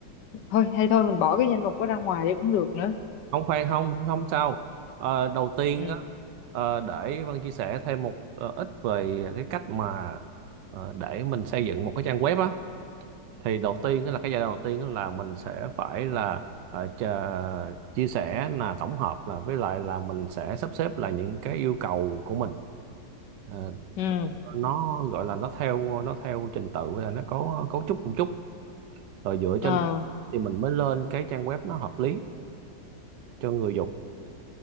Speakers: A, on the left (about 75°); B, on the right (about 80°).
A: thôi hay thôi mình bỏ cái danh mục đó ra ngoài đi cũng được nữa
B: không khoan không không sao Ờ, đầu tiên
A: ừ
B: á ờ, để Vân chia sẻ thêm một ờ, ít về cái cách mà ờ, để mình xây dựng một cái trang web á thì đầu tiên đó là cái giai đoạn đầu tiên đó là mình sẽ phải là ờ, chờ- chia sẻ là tổng hợp là với lại là mình sẽ sắp xếp là những cái yêu cầu của mình Ờ,
A: ừ
B: nó gọi là nó theo nó theo trình tự là nó có cấu trúc một chút rồi dựa trên
A: à,
B: đó thì mình mới lên cái trang web nó hợp lý cho người dùng